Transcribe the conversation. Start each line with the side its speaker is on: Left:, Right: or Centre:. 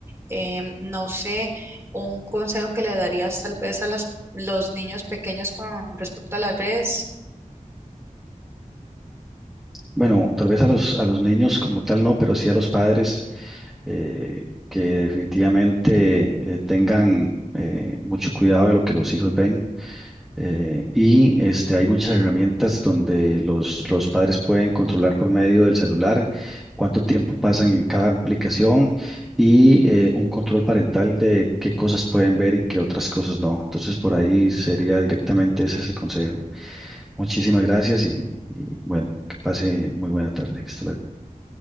Right: em, no sé, un consejo que le darías tal vez a las, los niños pequeños con respecto a las redes.
Centre: Bueno, tal vez a los, a los niños como tal no, pero sí a los padres eh, que definitivamente eh, tengan eh, mucho cuidado de lo que los hijos ven. eh, y este, hay muchas herramientas donde los, los padres pueden controlar por medio del celular cuánto tiempo pasan en cada aplicación y eh, un control parental de qué cosas pueden ver y qué otras cosas no. Entonces, por ahí sería directamente ese es el consejo. Muchísimas gracias y, y bueno, que pase muy buena tarde. Hasta luego.